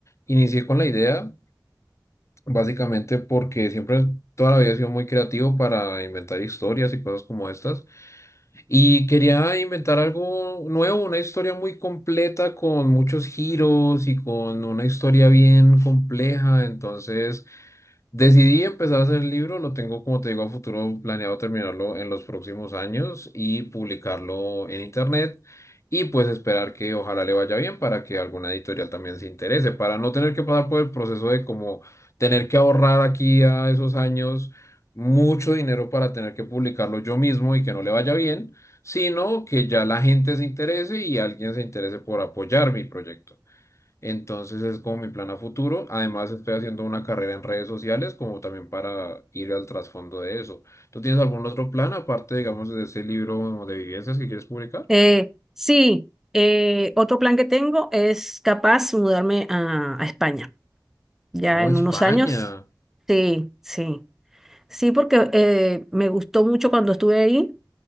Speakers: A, on the left; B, in the centre.
A: inicié con la idea, básicamente porque siempre, toda la vida he sido muy creativo para inventar historias y cosas como estas. Y quería inventar algo nuevo, una historia muy completa con muchos giros y con una historia bien compleja. Entonces... Decidí empezar a hacer el libro, lo tengo, como te digo, a futuro planeado terminarlo en los próximos años y publicarlo en internet y pues esperar que ojalá le vaya bien para que alguna editorial también se interese, para no tener que pasar por el proceso de como tener que ahorrar aquí a esos años mucho dinero para tener que publicarlo yo mismo y que no le vaya bien, sino que ya la gente se interese y alguien se interese por apoyar mi proyecto. Entonces es como mi plan a futuro. Además estoy haciendo una carrera en redes sociales como también para ir al trasfondo de eso. ¿Tú tienes algún otro plan aparte, digamos, de ese libro de vivencias que quieres publicar?
B: Eh, sí, eh, otro plan que tengo es capaz mudarme a, a España, ya
A: Oh,
B: en
A: España.
B: unos años. Sí, sí. Sí, porque eh, me gustó mucho cuando estuve ahí